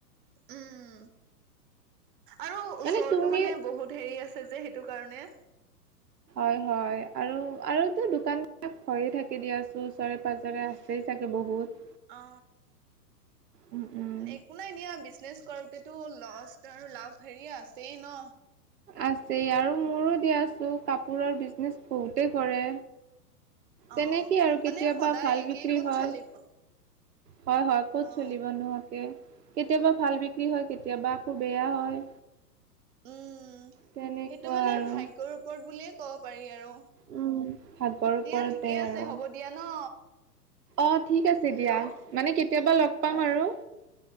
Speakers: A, on the right; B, on the right.
A: উম আৰু
B: মানে
A: ওচৰৰতটো
B: তুমি
A: মানে বহুত হেৰি আছে। যে সেইটো কাৰণে।
B: হয় হয় আৰু আৰুতো দোকানবিলাক হৈয়ে থাকে দিয়াচো ওচৰে পজৰে আছেই চাগে বহুত।
A: অ
B: উম উম
A: একো নাই দিয়া বিজনেছ কৰো হেইটো লষ্ট আৰু লাভ হেৰিয়ে আছে ন
B: আছে আৰু মোৰো দিয়াছো কাপোৰৰ বিজনেচ বহুতে কৰে।
A: অ
B: তেনেকেই আৰু কেতিয়াবা
A: মানে সদায়
B: ভাল
A: একেই
B: বিক্ৰী
A: ক'ত
B: হয়
A: চলিব
B: হয় হয় ক'ত
A: অ
B: চলিব নোহোৱা কে। কেতিয়াবা ভাল বিক্ৰী হয় কেতিয়াবা আকৌ বেয়া হয়।
A: উম
B: তেনেকুৱা
A: সেইটো মানে
B: আৰু।
A: ভাগ্যৰ ওপৰত বুলিয়ে ক'ব পাৰি আৰু।
B: উম ভাগ্যৰ ওপৰতে
A: দিয়া ঠিকে আছে
B: আৰু।
A: হ'ব দিয়া ন
B: অ ঠিক আছে
A: হেল্ল'
B: দিয়া
A: অ
B: মানে কেতিয়াবা লগ পাম
A: অ
B: আৰু।